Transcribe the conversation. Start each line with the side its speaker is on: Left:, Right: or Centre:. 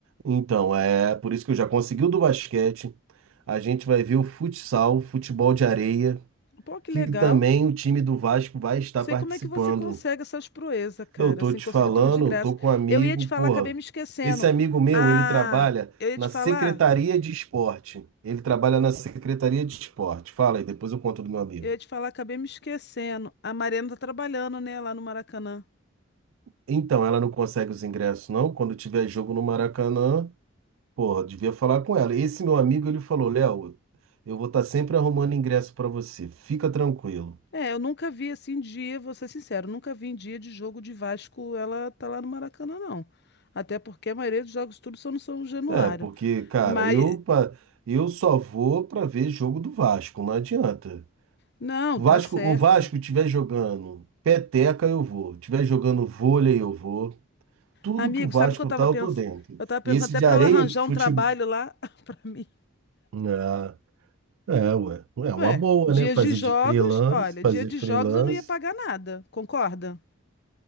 Right: Então, é por isso que eu já consegui o do basquete. A gente vai ver o futsal, futebol de areia,
Left: Pô, que
Right: que
Left: legal.
Right: também o time do Vasco vai estar
Left: Sei
Right: participando.
Left: como é que você consegue essas proezas, cara.
Right: Eu tô
Left: Assim,
Right: te
Left: conseguir
Right: falando,
Left: tudo de graça.
Right: tô com um amigo,
Left: Eu ia te falar,
Right: porra.
Left: acabei me esquecendo.
Right: Esse amigo meu,
Left: Ah,
Right: ele trabalha
Left: eu ia
Right: na
Left: te falar.
Right: Secretaria de Esporte. Ele trabalha na Secretaria de Esporte. Fala aí, depois eu conto do meu amigo.
Left: Eu ia te falar, acabei me esquecendo. A Mariana tá trabalhando, né? Lá no Maracanã.
Right: Então, ela não consegue os ingressos, não. Quando tiver jogo no Maracanã, porra, devia falar com ela. Esse meu amigo, ele falou, Léo, eu vou estar sempre arrumando ingresso pra você. Fica tranquilo.
Left: É, eu nunca vi assim dia, vou ser sincero, nunca vi em dia de jogo de Vasco ela tá lá no Maracanã, não. Até porque a maioria dos jogos tudo só não são no São Januário.
Right: É, porque, cara,
Left: Mas,
Right: eu, pa- eu só vou pra ver jogo do Vasco, não adianta.
Left: não,
Right: Vasco,
Left: tá certo.
Right: o Vasco tiver jogando peteca, eu vou. Tiver jogando vôlei, eu vou. Tudo
Left: Amigo,
Right: que o Vasco
Left: sabe o que eu tava
Right: tá, eu
Left: pensando?
Right: tô dentro.
Left: Eu tava pensando
Right: E esse
Left: até
Right: de
Left: pra
Right: areia,
Left: ela arranjar
Right: esse futebol.
Left: um trabalho lá <laughs> pra mim.
Right: Ah, é, ué. É uma
Left: Ué,
Right: boa,
Left: dias
Right: né? Fazer
Left: de jogos,
Right: de freelance,
Left: olha,
Right: fazer
Left: dia de
Right: freelance.
Left: jogos eu não ia pagar nada, concorda?